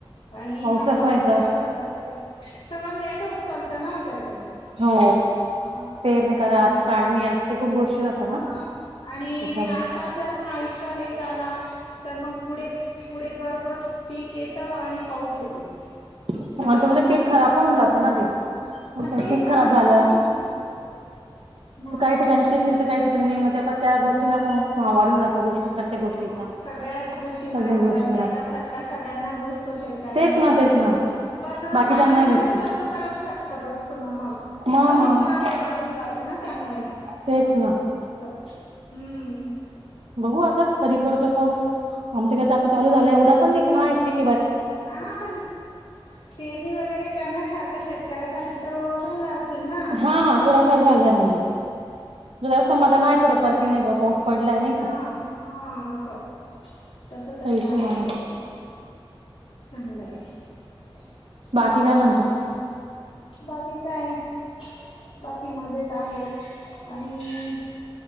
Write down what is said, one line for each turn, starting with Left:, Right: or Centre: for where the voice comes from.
Left: आणि
Right: पाऊसच
Left: हा पाऊस
Right: नाही
Left: जर
Right: तर
Left: असा करतोय, सगळं लेट होत चालतं ना हो त्याच हं
Right: हो पेरणी करा
Left: म
Right: ते काढणी असते खूप गोष्टी राहतात
Left: मग
Right: ना
Left: आणि
Right: त्याच्यामुळे
Left: आता जर हा इतका लेट आला, तर म पुढे, पुढे बरोबर पिक नी पाऊस येतो
Right: <unintelligible>
Left: सगळं नुकसान
Right: म्हणे पीक
Left: होतं
Right: खराब पण होऊन जातं ना ते,
Left: मग तेच
Right: पीक
Left: ना
Right: खराब
Left: हो नुकसान
Right: झालं
Left: होऊन जातं खूप मग
Right: त काही ठिकाणी पिक निघतं,
Left: पीक
Right: तर
Left: खराब
Right: काही ठिकाणी
Left: होऊन
Right: नाही, मग
Left: जातं
Right: त्या परत त्या गोष्टींला परत भाव वाढून जातो गोष्टी
Left: <unintelligible>
Right: प्रत्येक गोष्टीचा
Left: सगळ्याच गोष्टी महाग
Right: सगळ्याच
Left: होतात
Right: गोष्टींना
Left: आणि त्याचा फटका सगळ्यांनाच बसतो. शेतकऱ्याला
Right: तेच
Left: तर
Right: ना
Left: बस
Right: तेच
Left: तोच
Right: ना
Left: पणं,
Right: बाकीच्यांना
Left: सामान्य
Right: नाही बेस्ट
Left: माणसाला पण बराच फटका बसतो ना मग,
Right: मग
Left: सगळीच
Right: मग
Left: महागाई वाढून जाते ना त्यामुळे,
Right: तेच ना
Left: <unintelligible> हम्
Right: बघू आता, कधी पडतो पाऊस, आमच्याकडे तर आतात चालू झालाय, एवढा पण नाही पण आहे ठिक
Left: हां पण, पेरणी वगैरे करण्यासार <unintelligible> शेतकऱ्यासाठी तर वो झालं असेल ना!
Right: हा <unintelligible> समाधान आहे थोडफार की नाही बाबा पाऊस पडलाय नाही
Left: हां
Right: का
Left: हां असं तस तरी
Right: त्या हिशोबाने
Left: आहे बुवा असं, चांगलं आहे
Right: बाकी
Left: हम्म
Right: काय म्हणतां
Left: बाकी काय, बाकी मजेत आहे, आणि